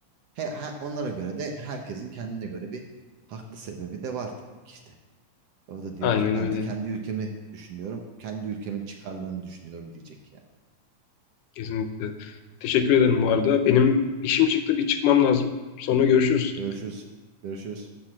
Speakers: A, on the right; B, on the left.
A: He, he- onlara göre de herkesin kendine göre bir haklı sebebi de var tabii ki işte. O da diyor
B: Aynen
A: ki ben
B: öyle.
A: de kendi ülkemi düşünüyorum. Kendi ülkemin çıkarlarını düşünüyorum diyecek yani.
B: Kesinlikle. Teşekkür ederim
A: Hı,
B: bu arada. Benim işim çıktı bir çıkmam lazım. Sonra
A: tamam.
B: görüşürüz.
A: Görüşürüz. Görüşürüz.